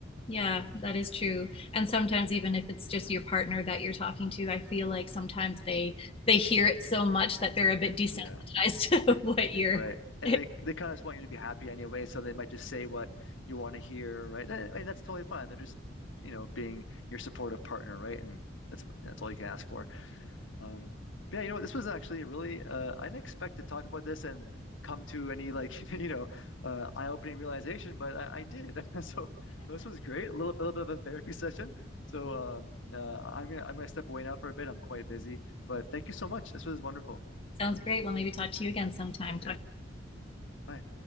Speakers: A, on the left; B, on the left.
A: Yeah, that is true. And sometimes even if it's just your partner that you're talking to, I feel like sometimes they they hear it so much that they're a bit desensitized
B: Yeah,
A: <laughs> to what you're.
B: right. And
A: <laughs>
B: they they kind of just want you to be happy anyway, so they might just say what you want to hear, right? And, and that's totally fine. They're just, you know, being your supportive partner, right? And that's that's all you can ask for. Um, but yeah, you know what? This was actually a really uh, I didn't expect to talk about this and come to any like <laughs> you know uh, eye-opening realization, but I, I did. <laughs> So this was great. A little, a little bit of a therapy session. So um, uh, I'm gonna I'm gonna step away now for a bit. I'm quite busy, but thank you so much. This was wonderful.
A: Sounds great. Well, maybe talk to you again sometime. Talk
B: Yeah. Bye.